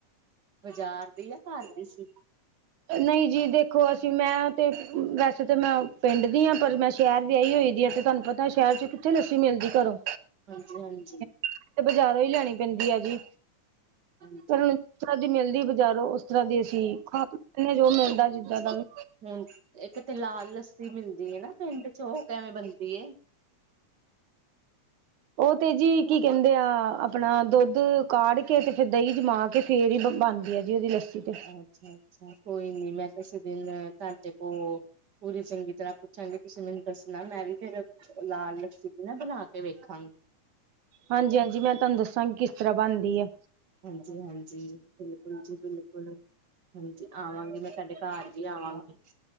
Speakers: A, on the right (about 40°); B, on the right (about 75°).
A: ਬਜ਼ਾਰ ਦੀ ਯਾ ਘਰ ਦੀ ਸੀ
B: ਨਈ ਜੀ ਦੇਖੋ ਅਸੀਂ ਮੈਂ ਤੇ ਵੈਸੇ ਤਾਂ ਮੈਂ ਪਿੰਡ ਦੀ ਆ ਪਰ ਮੈਂ ਸ਼ਹਿਰ ਵਿਆਹੀ ਹੋਈ ਦੀ ਆ ਤੇ ਤੁਹਾਨੂੰ ਪਤਾ ਸ਼ਹਿਰ ਚ ਕਿੱਥੇ ਲੱਸੀ ਮਿਲਦੀ ਘਰੋਂ
A: ਹਾਂਜੀ, ਹਾਂਜੀ
B: ਤੇ ਬਾਜ਼ਾਰੋਂ ਈ ਲੈਣੀ ਪੈਂਦੀ ਆ ਜੀ
A: ਹਾਂਜੀ
B: ਫੇਰ
A: ਹਾਂਜੀ
B: ਜਿਸ ਤਰ੍ਹਾਂ ਦੀ ਮਿਲਦੀ ਬਜ਼ਾਰੋਂ ਉਸ ਜ ਤਰ੍ਹਾਂ ਦੀ ਅਸੀਂ ਖਾਦੇ ਜੋ ਮਿਲਦਾ ਜਿੱਦਾਂ
A: ਹਾਂਜੀ।
B: ਦਾ ਵੀ
A: ਹੁਣ ਇੱਕ ਤੇ ਲਾਲ ਲੱਸੀ ਮਿਲਦੀ ਏ ਨਾ ਪਿੰਡ ਚੋ ਉਹ ਕਿਵੇਂ ਬਣਦੀ ਏ
B: ਉਹ ਤੇ ਜੀ ਕੀ ਕਹਿੰਦੇ ਆ ਆਪਣਾ ਦੁੱਧ ਕਾੜ ਕੇ ਅਤੇ ਫੇਰ ਦਹੀਂ ਜਮਾ ਕੇ ਫਿਰ ਹੀ ਬਣਦੀ ਆ ਜੀ ਉਹਦੀ ਲੱਸੀ ਤੇ
A: ਅੱਛਾ ਅੱਛਾ ਕੋਈ ਨੀ ਮੈਂ ਕਿਸੇ ਦਿਨ ਤੁਹਾਡੇ ਕੋਲ ਪੂਰੀ ਚੰਗੀ ਤਰ੍ਹਾਂ ਚੰਗੇ ਤੁਸੀਂ ਮੈਨੂੰ ਦੱਸਣਾ ਮੈਂ ਵੀ ਫੇਰ ਲਾਲ ਲਸੀ ਦੀ ਨਾ ਬਣਾ ਕੇ ਵੇਖਾਂਗੀ
B: ਹਾਂਜੀ, ਹਾਂਜੀ ਮੈਂ ਤਾਨੂੰ ਦੱਸਾਂਗੀ ਕਿਸ ਤਰ੍ਹਾਂ ਬਣਦੀ ਆ
A: ਹਾਂਜੀ, ਹਾਂਜੀ ਬਿਲਕੁਲ ਜੀ ਬਿਲਕੁਲ ਹਾਂਜੀ ਆਵਾਂਗੀ ਮੈਂ ਤਾਡੇ ਘਰ ਵੀ ਆਵਾਂਗੀ